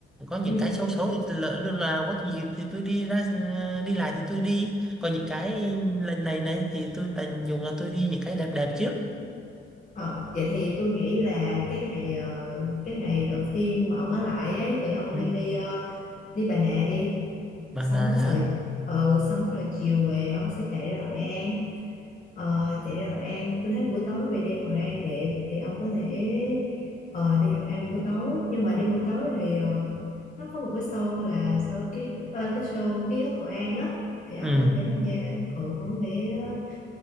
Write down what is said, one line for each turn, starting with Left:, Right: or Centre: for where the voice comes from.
Centre: có những
Left: ừ.
Centre: cái xấu xấu thì lỡ lúc nào có dịp thì tôi đi ra ờ, đi lại thì tôi đi còn những cái lần này này thì tôi tận dụng là tôi đi những cái đẹp đẹp trước
Left: ờ, vậy thì tôi nghĩ là cái ngày ờ, cái ngày đầu tiên mà ông ở lại ấy thì ông
Centre: ừ.
Left: nên đi ờ, đi Bà Nà đi
Centre: bà
Left: xong
Centre: là
Left: rồi rồi ừ, xong rồi rồi chiều về ông sẽ chạy ra Hội An Ờ, chạy ra Hội An tôi thấy buổi tối về đêm Hội An đẹp thì ông có thể ờ, đi Hội An buổi tối nhưng mà đi buổi tối thì ờ, nó có một cái show là show cái ờ, cái show ký ức Hội An á thì ông
Centre: ừ
Left: có thể tham gia ừ, ông có thể ờ,